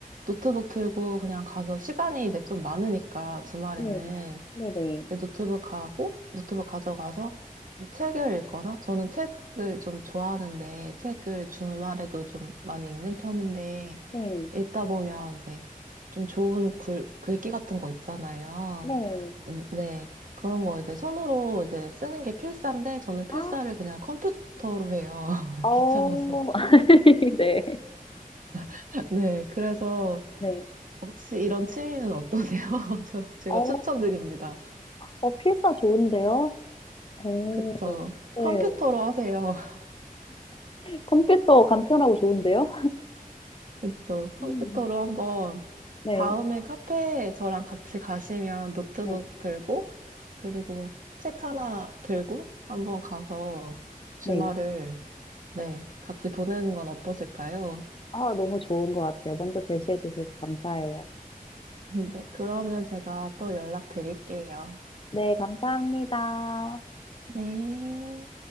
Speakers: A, on the right; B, on the left.
A: 노트북 들고 그냥 가서 시간이 이제 좀 많으니까 주말에는
B: 네, 네네.
A: 이제 노트북 가고, 노트북 가져가서 뭐 책을 읽거나, 저는 책을 좀 좋아하는데, 책을 주말에도 좀 많이 읽는 편인데,
B: 네,
A: 읽다 보면 이제 좀 좋은 글, 글귀 같은 거 있잖아요.
B: 네.
A: 음, 네. 그런 거 이제 손으로 이제 쓰는 게 필사인데 저는 필사를
B: 아,
A: 그냥 컴퓨터로 해요. <laughs>
B: 어,
A: 귀찮아서.
B: <laughs> 네.
A: <laughs> 네. 그래서
B: 네.
A: 혹시 이런 취미는 어떠세요? <laughs> 저, 제가
B: 어,
A: 추천드립니다.
B: 어, 필사 좋은데요? 어,
A: 그쵸.
B: 네.
A: 컴퓨터로 하세요. <laughs>
B: 컴퓨터 간편하고 좋은데요?
A: 그쵸. 컴퓨터로
B: 음.
A: 한번
B: 네,
A: 다음에 카페에 저랑 같이 가시면 노트북
B: 네,
A: 들고 그리고 책 하나 들고 한번 가서 주말을
B: 네.
A: 네, 같이 보내는 건 어떠실까요?
B: 아, 너무 좋은 것 같아요. 먼저 제시해 주셔서 감사해요.
A: 네, 그러면 제가 또 연락드릴게요.
B: 네, 감사합니다.
A: 네.